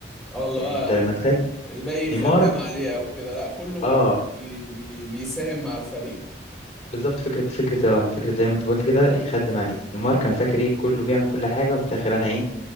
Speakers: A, in the centre; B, on the left (about 45°).
A: اه اللي
B: يعني
A: هو
B: انت لما تخيل
A: الباقي يخدم
B: نيمار
A: عليه او كده لا كله
B: اه
A: بي بي بي بيساهم مع الفريق
B: بالظبط فكرة فكرة اه فكرة زي ما انت قلت كده يخدم عليه نيمار كان فاكر ايه كله بيعمل كل حاجة وفي الآخر أنا ايه